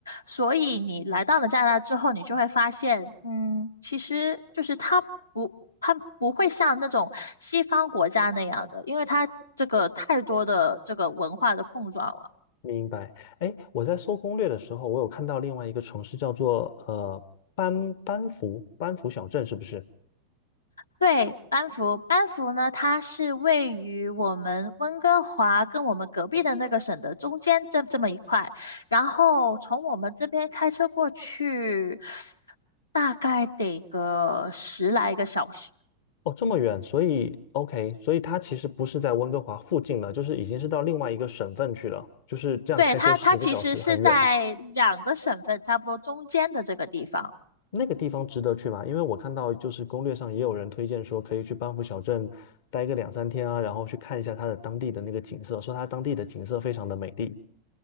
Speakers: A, on the left (about 80°); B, on the left (about 50°).
A: 所以你来到了加拿大之后，你就会发现，嗯，其实就是它不，它不会像那种西方国家那样的，因为它这个太多的这个文化的碰撞了。
B: 明白。哎，我在搜攻略的时候，我有看到另外一个城市叫做呃班班福班福小镇，是不是？
A: 对，班夫，班夫呢，它是位于我们温哥华跟我们隔壁的那个省的中间这这么一块，然后从我们这边开车过去，大概得个十来个小时。
B: 哦，这么远，所以 OK，所以它其实不是在温哥华附近了，就是已经是到另外一个省份去了，就是这样开车十个小时，
A: 对，它，它其实是在两个省份差不多中间的这个地方。
B: 很远。那个地方值得去吗？因为我看到就是攻略上也有人推荐说可以去班夫小镇待个两三天啊，然后去看一下它的当地的那个景色，说它当地的景色非常的美丽